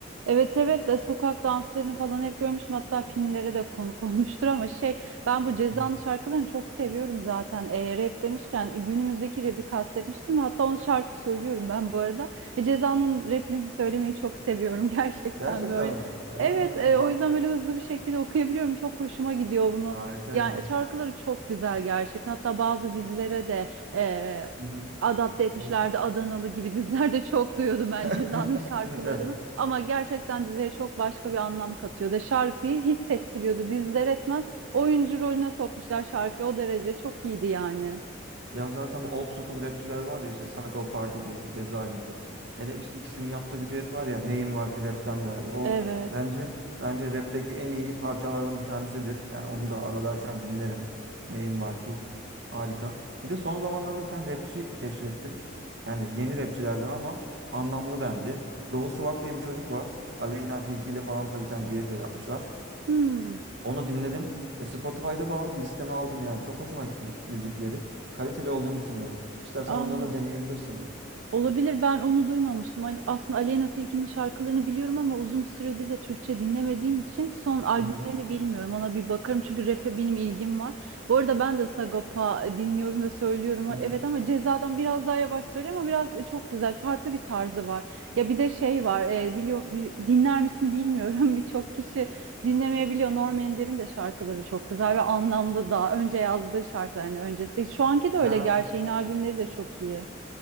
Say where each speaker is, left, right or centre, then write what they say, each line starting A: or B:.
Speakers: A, on the right; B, on the right.
A: Evet evet e, sokak danslarını falan hep görmüştüm hatta filmlere de konuk <laughs> olmuştur ama şey ben bu Ceza'nın
B: Hı hı.
A: şarkılarını çok seviyorum zaten e, rap demişken e, günümüzdeki rap'i kastetmiştim ve hatta onu şarkı söylüyorum ben bu arada e, Ceza'nın rap'lerini söylemeyi çok seviyorum <laughs> gerçekten
B: Gerçekten
A: böyle
B: mi? Ha,
A: evet e, o
B: bak
A: yüzden böyle hızlı bir şekilde okuyabiliyorum çok hoşuma gidiyor bunu
B: harika
A: yani
B: ya.
A: şarkıları çok güzel gerçekten hatta bazı dizilere de e,
B: Hı hı.
A: adapte etmişlerdi
B: Evet.
A: Adanalı gibi <laughs> dizilerde çok duyuyordum ben
B: <laughs>
A: Ceza'nın şarkılarını.
B: Evet.
A: Ama gerçekten diziye çok başka bir anlam katıyordu. Şarkıyı hissettiriyordu. Dizide resmen oyuncu rolüne sokmuşlar şarkıyı. O derece çok iyiydi yani.
B: Ya zaten bu old school rapçiler var ya işte Sagopa gibi, Ceza gibi. Hele işte ikisinin yaptığı bir düet var ya Neyim var ki rapten gari. O
A: Evet.
B: bence bence rapteki en iyi parçalardan bir tanesidir. Yani onu da arada açar dinlerim. Neyim var ki harika. Bir de son zamanlarda bir tane rapçi keşfettim. Yani yeni rapçilerden ama anlamlı bence. Doğu Swag diye bir çocuk var. Aleyna Tilki ile falan da bir tane düet yapmışlar.
A: Hmm.
B: Onu dinledim. E, Spotify'da falan da listeme aldım yani. Çok hoşuma gitti müzikleri. Kaliteli olduğunu düşünüyorum. İstersen
A: Aa.
B: onları da deneyebilirsin.
A: Olabilir ben onu duymamıştım. Al- Aslında Aleyna Tilki'nin şarkılarını biliyorum ama uzun bir süredir de Türkçe dinlemediğim için son albümlerini
B: Hı hı.
A: bilmiyorum. Ona bir bakarım çünkü rap'e benim ilgim var. Bu arada ben de Sagopa e, dinliyorum ve söylüyorum.
B: Hı hı.
A: Evet ama Ceza'dan biraz daha yavaş söylüyor ama biraz e, çok güzel farklı bir tarzı var. Ya bir de şey var e, biliyor bi- dinler misin bilmiyorum <laughs> birçok kişi dinlemeyebiliyor. Norm Ender'in de şarkıları çok güzel ve anlamlı daha önce yazdığı şarkıların öncesi. Şu anki de öyle
B: Ya
A: gerçi yeni albümleri de çok iyi.